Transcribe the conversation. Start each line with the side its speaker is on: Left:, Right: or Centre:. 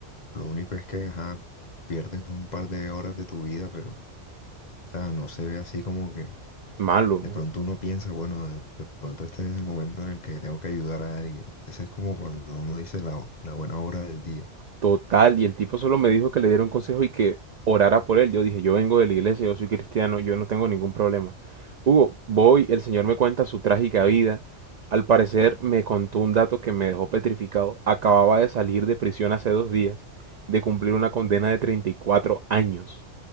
Left: Lo único es que, ajá, pierdes un par de horas de tu vida, pero, o sea, no se ve así como que
Right: Malo,
Left: de pronto uno piensa, bueno, de, de pronto este es el momento en el que tengo que ayudar a alguien. Ese es como cuando uno dice la, la buena hora del día.
Right: total. Y el tipo solo me dijo que le diera un consejo y que orara por él. Yo dije, yo vengo de la iglesia, yo soy cristiano, yo no tengo ningún problema. Hugo, voy, el Señor me cuenta su trágica vida. Al parecer me contó un dato que me dejó petrificado. Acababa de salir de prisión hace dos días, de cumplir una condena de 34 años.